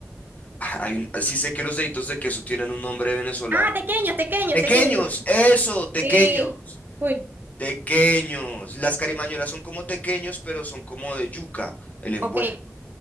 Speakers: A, on the left (about 30°); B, on the right (about 40°).
A: Ah, Hay un- sí sé que los deditos de queso tienen un nombre venezolano.
B: Ah, tequeños, tequeños,
A: Pequeños,
B: tequeños. Yo,
A: eso, pequeños.
B: Sí. Uy.
A: Tequeños. Las carimañolas son como tequeños, pero son como de yuca, el envuelto.
B: Ok,